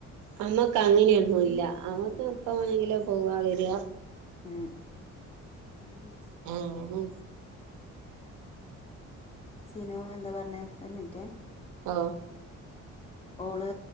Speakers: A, on the right; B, on the left.
A: നമ്മക്ക് അങ്ങനെയൊന്നും ഇല്ലനമ്മക്ക് എപ്പോ വേണമെങ്കിലും പോക വരിക
B: ആ ഉ
A: അങ്ങനെ
B: സീനു എന്താ പറഞ്ഞത് ഒരു മിനിറ്റേ
A: ആ
B: ഓള്